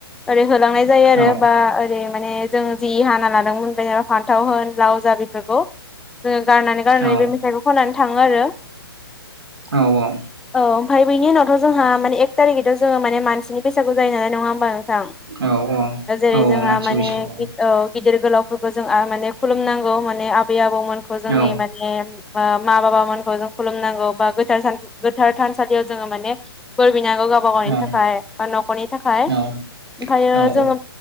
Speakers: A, in the centre; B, on the right.
A: ओरै होलांनाय जायो आरो
B: औ
A: बा ओरै माने जों जि हाना लादोंमोन बे फान्थाव होन लाव जा बेफोरखौ जोङो गारनानै गारनानै
B: औ
A: बे मेथाइखौ खोनानै थाङो आरो।
B: औ औ।
A: औ ओमफ्राय बिनि उनावथ' जोंहा मानि एक थारिखैथ' जोंयो माने मानसिनि बैसाखौ जायो नङा होमबा थां
B: औ औ
A: । जेरै
B: औ
A: जोंहा
B: औ मानसि
A: माने
B: बैसागु
A: औ गिदिर गोलावफोरखौ जों आ माने खुलुमनांगौ माने आबै आबौमोनखौ जोंनि
B: औ
A: माने मा बाबामोनखौ जों खुलुमनांगौ बा गो गोथार थानसालियाव जोङो माने लुबैनांगौ गावबा गावनि
B: औ
A: थाखाय बा न'खरनि थाखाय
B: औ
A: ओमफ्रायो
B: औ
A: जोङो